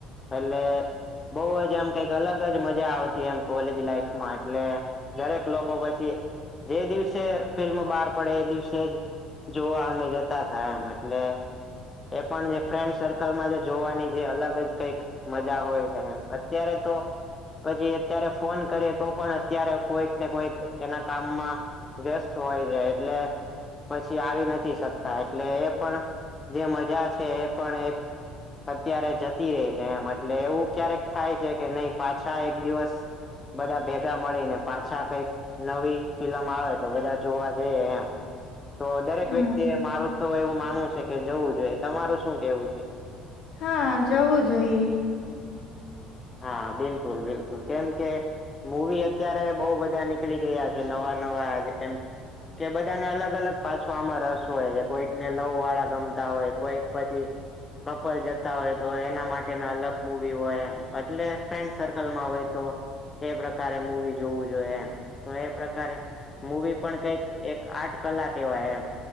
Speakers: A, on the left (about 25°); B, on the left (about 60°).
A: પહેલે બઉ જ એમ કઈક અલગ જ મજા આવતી એમ કોલેજ લાઈફમાં એટલે દરેક લોકો પછી જે દિવસે ફિલ્મ બહાર પડે એ દિવસે જ જોવા અમે જતા થા એમ એટલે એ પણ જે ફ્રેન્ક સર કલ માં જોવાની જે અલગ જ કઈક મજા હોય છે એમ અત્યારે તો પછી અત્યારે ફોન કરીએ તો પણ અત્યારે કોઈક ને કોઈક એના કામમાં વ્યસ્ત હોય જાય એટલે પછી આવી નથી શકતા એટલે એ પણ જે મજા છે એ પણ એક અત્યારે જતી રહી છે એમ એટલે એવું ક્યારેક થાય છે કે નહી પાછા એક દિવસ બધા ભેગા મળીને પાછા કઈક નવી ફિલમ આવે તો બધા જોવા જઈએ એમ તો દરેક
B: હા.
A: વ્યક્તિ એ મારું તો એવું માનવું છે કે જવું જોઈએ તમારું શું કેવું છે
B: હા જવું જઈએ
A: હા બિલકુલ બિલકુલ કેમ કે મૂવી અત્યારે બહુ બધા નીકળી ગયા છે નવા નવા જેમ કે બધાને અલગ અલગ પાછો આમાં રસ હોય છે કોઈકને લવ વાળા ગમતા હોય કોઈક પછી કપલ જતા હોય તો એના માટેના અલગ મુૂવી હોય એમ એટલે ફ્રેન્ડ સર્કલમાં હોય તો એ પ્રકારે મૂવી જોવું જોઈએ એમ તો એ પ્રકારે મૂવી પણ કઈક એક આઠ કલાક એવા એમ